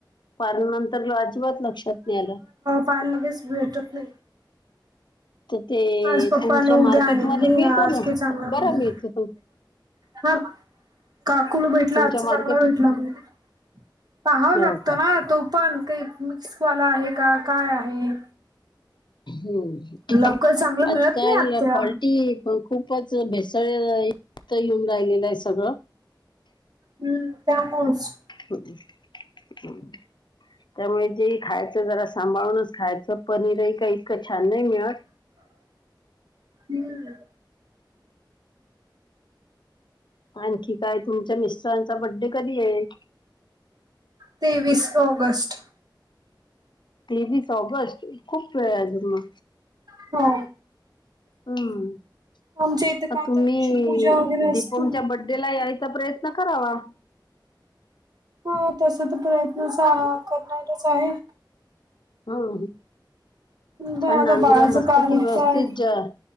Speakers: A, on the left (about 70°); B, on the right (about 55°).
A: पार नंतर लॉजवर लक्षात नाही आला.
B: पान लगेच भेटत नाही.
A: तर ते
B: आज पप्पा
A: तुमच्या
B: न
A: मार्केटमध्ये
B: उद्या आणण मी
A: मिळतो
B: आज
A: ना
B: काही चांगलं म्हण.
A: बरं मिळतो तो
B: हा काकुल भेटला
A: तुमच्या
B: आजचा
A: मार्केट
B: चांगला भेटला मग पाहावं
A: हो
B: लागतो
A: का
B: ना तो पण काही मिस्कवाला आहे का काय आहे.
A: हम्म
B: लवकर चांगलं मिळत
A: आजकाल
B: नाही आत्या
A: फॉल्टी खूपच भेसळयक्त येऊन राहिलेलं आहे सगळं.
B: हम्म त्या मच.
A: हम हम्. त्यामुळे जे खायचं जरा सांभाळूनच खायचं पनीरही काही इतकं छान नाही मिळत.
B: हम्म.
A: आणखी काय तुमच्या मिस्टरांचा बड्डे कधी आहे.
B: तेवीस ऑगस्ट
A: तेवीस ऑगस्ट खूप वेळ आहे अजून
B: हो.
A: हम्
B: आमच्या इथे का
A: तुम्ही
B: त्या दिवशी पूजा वगैरे असते.
A: दीपमच्या त्याला यायचा प्रयत्न करावा.
B: ह तसा तर प्रयत्नच करायचा आहे.
A: हम्म
B: पण
A: छान
B: आता
A: नांदूर्यावरून
B: बाळाचं
A: बसलं
B: कारण
A: की व्यवस्थित
B: काय
A: जाय.